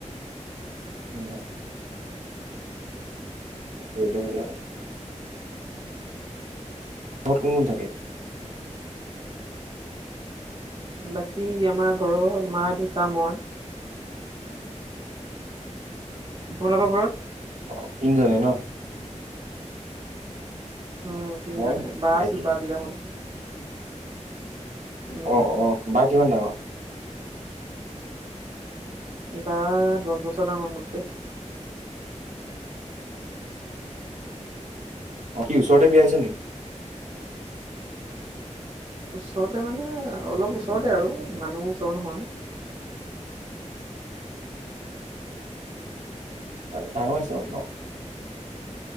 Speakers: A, on the right; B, on the right.
A: অ <unintelligible> ঘৰত কোন কোন থাকে?
B: বাকী আমাৰ ঘৰৰ মা দেউতা মই তোমালোকৰ ঘৰত?
A: অ তিনজনী ন
B: উম তিনিজনে
A: মই
B: বা
A: ভাইটি
B: আছিল বা বিয়া হল। উম
A: অ অ বা কিমান ডাঙৰ?
B: বা দছ বছৰ ডাঙৰ মোতকে।
A: অ কি ওচৰতে বিয়া হৈছে নেকি?
B: ওচৰতে মানে অলপ ওচৰতে আৰু মানুহ ওচৰ নহয়।
A: ডাঙৰ হৈছে <unintelligible>